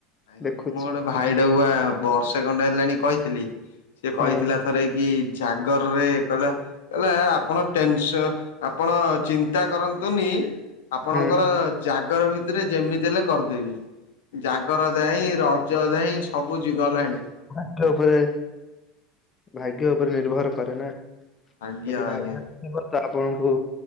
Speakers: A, on the left; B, on the left.
A: ଆଜ୍ଞା,
B: ଦେଖୁଛି
A: ମୁଁ ଗୋଟେ ଭାଇଟାକୁୁଆ ବର୍ଷେ ଖଣ୍ଡେ ହେଲାଣି କହିଥିଲି। ସେ କହିଥିଲା
B: ହୁଁ
A: ଥରେ କି ଜାଗରରେ କହିଲା, କହିଲା ଆପଣ ଟେନସ ଆପଣ ଚିନ୍ତା କରନ୍ତୁନି! ଆପଣଙ୍କର
B: ହୁଁ।
A: ଜାଗର ଭିତରେ ଯେମିତି ହେଲେ କରିଦେବି। ଜାଗ ଗରଯାଇ, ରଜଯାଇ ସବୁ ଜି ଗଲାଣି।
B: ଗ୍ୟ ଉପରେ ଭାଗ୍ୟ ଉପରେ ନିର୍ଭର କରେ ନା।
A: ଆଜ୍ଞା
B: ଯଦି, ଭାଗ୍ୟରେଥିବ
A: ଆଜ୍ଞା।
B: ତ ଆପଣଙ୍କୁ